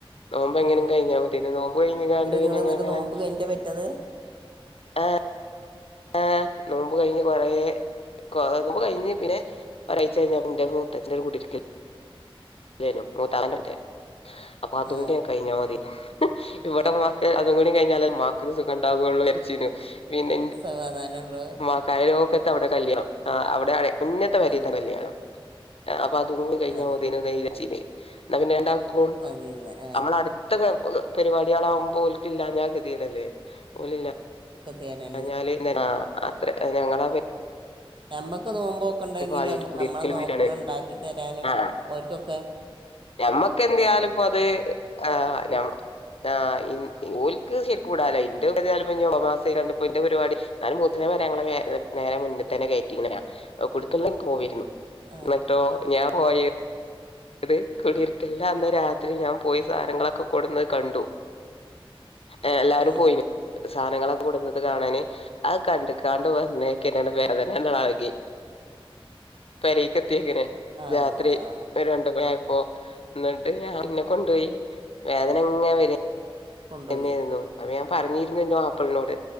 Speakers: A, on the left (about 80°); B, on the right (about 55°).
A: നോമ്പ് എങ്ങനിം
B: ഉം.
A: കഴിഞ്ഞാമതീനു നോപ്പ് കഴിഞ്ഞ്ങാണ്ട്
B: എന്നിട്ട്
A: പിന്നെ
B: നിങ്ങൾ എന്നിട്ട്
A: ങ്ങനെങ്ങനെ
B: നോമ്പ് കഴിഞ്ഞിട്ട് പറ്റത്
A: ആ ആ നോമ്പ് കഴിഞ്ഞ് കൊറേ <unintelligible> നമ്മ കഴിഞ്ഞ് പിന്ന ഒരാഴ്ച കഴിഞ്ഞ ന്റെ മൂത്തച്ഛന്റെകുടിരിക്കല് ല്ലേനു <unintelligible> മൂത്താനന്റെ അപ്പൊ അതുകൂടംണ്ട്
B: ആ
A: കഴിഞ്ഞാൽ മതി ഇവിടെമ്മാ ഏ അതും കൂടി കഴിഞ്ഞാൽ മ്മാക്കൊരുസുഖണ്ടാകൊള്ളൂരച്ചിനു പിന്നെ
B: <unintelligible> അതാനള്ളത്
A: ആ കയലോകത്ത് അവിടെ കല്യാണം ആ അവിടെ അ മുന്നത്തെ പെരീത്തെ
B: ഉം.
A: കല്യാണം നഅപ്പൊ അതൂഊം കഴിഞ്ഞാമതിന്നജാര്ച്ചീനെ
B: ആ
A: എന്നാ പിന്നെ രണ്ടാക്കും
B: മതി ആ
A: നമ്മളടു ത്തക പരിപാടികളാവകുമ്പോ ഓൽക്കില്ലാഞാൽ കെതിയേടല്ലേ ഓലില്ലാ
B: ഇത്രാണ് <inaudible>
A: ഞാ <unintelligible> അത്ര ഞങ്ങളാപെ
B: ഞമ്മക്ക് നോമ്പോക്കെണ്ടെങ്കിലും
A: ആദ്യായിട്ട് കുടിയിരിക്കലും
B: നമ്മളെ നോക്ക്ണണ്ടാക്കി
A: വരാണ്
B: തെരാനും
A: ആഹ്
B: ഓൽക്കൊക്കെ
A: ഞമ്മക്ക് എന്ത്യാലുംപ്പൊ അത് ആംഞമ ആ ഇൻ ഓല്ക്ക് ശരിക്കുകൂടാലോ ഇന്റെപ്പ ഏതായാലും ഒബാസ കണ്ടപ്പോന്റെ പരിപാടി എന്നാലും ബൂത്തിന പെര ങ്ങളെ നേരെ മുന്ന തന്നെ കയറ്റി ഇങ്ങനെയ കുടിര്ക്കൽനൊക്കെ പോയിരുന്നു
B: ആ
A: എന്നിട്ടോ ഞാൻ പോയേ ഇത് കുടിര്ക്കല്ൻ്റന്ന് രാത്രി ഞാൻ പോയി സാധങ്ങളൊക്കെ കൊടുന്ന കണ്ടു എല്ലാരും
B: ആ
A: പോയിന് സാധനങ്ങളൊക്കെ കൊട്ന്നത് കാണാന് ആ കണ്ട് കാണ്ട് വന്നേക്കന്നെ വേദന്നെട് എളകി പേരെക്ക് എത്തിക്ക്ണ് രാത്രി
B: അള്ളാ
A: ഒരു രണ്ട് മണിഅയപ്പൊന്നട്ട് ഞാൻ ഇന്നെ കൊണ്ടൊയി വേദനങ്ങനെവരേ
B: കൊണ്ടുപോയി
A: തന്നെയായിരുന്നു അപ്പൊ ഞാൻ പറഞ്ഞിരുന്നു ൻ്റ മാപ്പളനോട്